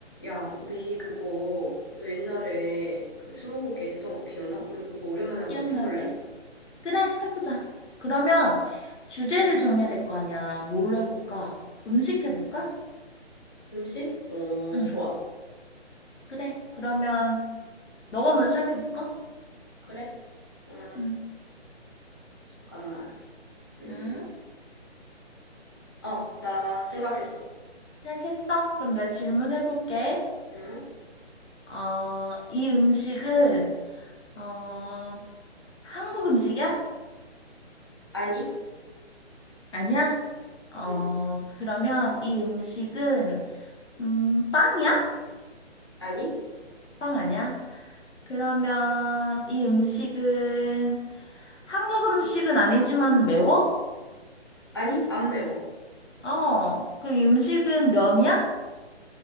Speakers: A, on the left (about 20°); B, on the left (about 80°).
A: 야, 우리 그거 너 옛날에 그 스무고개 했던 거 기억나? 우리 그거 오랜만에 한번
B: 기억나지?
A: 해볼래?
B: 그래, 해보자. 그러면 주제를 정해야 될 거 아니야. 뭘로 해볼까? 음식 해볼까?
A: 음식? 어,
B: 응,
A: 좋아.
B: 그래. 그러면 너가 먼저 생각해볼까?
A: 그래? 음,
B: 응,
A: 잠깐만. 음,
B: 응,
A: 어, 나 생각했어.
B: 생각했어. 그럼 내가 질문해볼게.
A: 응?
B: 어, 이 음식은, 어, 한국 음식이야?
A: 아니?
B: 아니야? 어,
A: 응.
B: 그러면 이 음식은, 음, 빵이야?
A: 아니?
B: 빵 아니야? 그러면 이 음식은 한국 음식은 아니지만 매워?
A: 아니? 안 매워.
B: 어, 그럼 이 음식은 면이야?